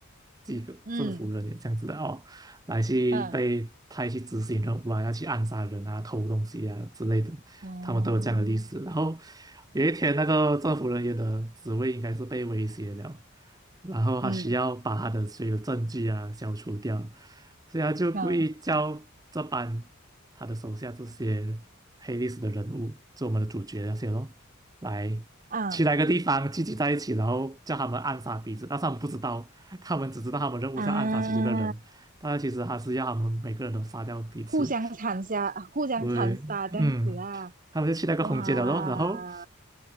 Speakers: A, on the right (about 20°); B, on the right (about 40°).
A: 几个政府人员这样子的哦，
B: 嗯
A: 来去被派去执行任务啊，
B: 嗯
A: 要去暗杀人啊、偷东西啊之类的，
B: 哦，
A: 他们都有这样的历史。然后有一天，那个政府人员的职位应该是被威胁了，然后他需要把他的所有证据啊消除掉，
B: 嗯
A: 所以他就故意叫这班他的手下这些黑历史的人物，
B: 嗯
A: 就我们的主角那些咯，来去那个地方聚集在一起，
B: 啊
A: 然后叫他们暗杀彼此，但是他们不知道，他们只知道他们任务是要暗杀其中一个人，
B: 啊！
A: 但是其实他是要他们每个人都杀掉彼此，
B: 互相残杀，互相残杀这样子啊！
A: 对，嗯，他们就去那个空间了咯，
B: 哇，
A: 然后。